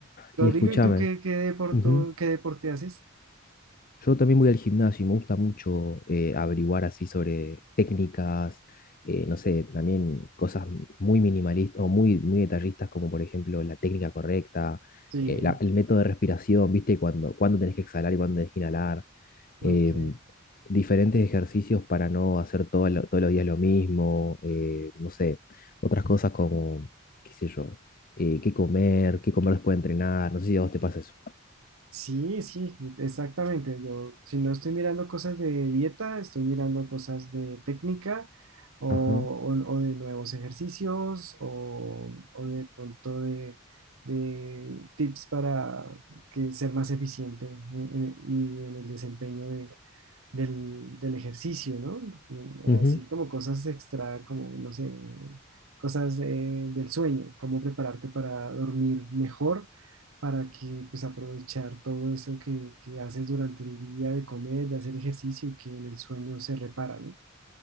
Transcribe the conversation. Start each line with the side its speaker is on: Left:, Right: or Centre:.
Right: Rodrigo,
Left: Y escúchame,
Right: ¿y tú qué, qué deporte,
Left: ujú,
Right: qué deporte haces?
Left: Yo también voy al gimnasio y me gusta mucho eh, averiguar así sobre técnicas, eh, no sé, también cosas muy minimalistas o muy, muy detallistas como por ejemplo la técnica correcta,
Right: Sí,
Left: eh, la- el método de respiración, ¿viste? Cuando, cuándo tenés que exhalar y cuándo tenés que inhalar,
Right: ok.
Left: em, diferentes ejercicios para no hacer todo lo- todos los días lo mismo, eh, no sé, otras cosas como, qué sé yo, eh, qué comer, qué comer después de entrenar, no sé si a vos te pasa eso.
Right: Sí, sí, exactamente. Yo, si no estoy mirando cosas de dieta, estoy mirando cosas de técnica o, o-
Left: Ajá.
Right: o de nuevos ejercicios o, o de pronto de, de tips para que, ser más eficiente en- en- y en el desempeño de del, del ejercicio, ¿no? Mm,
Left: Ujú,
Right: Así como cosas extra, como, no sé, cosas eh, del sueño, cómo prepararte para dormir mejor, para que pues aprovechar todo eso que, que haces durante el día de comer, de hacer ejercicio y que en el sueño se repara, ¿no?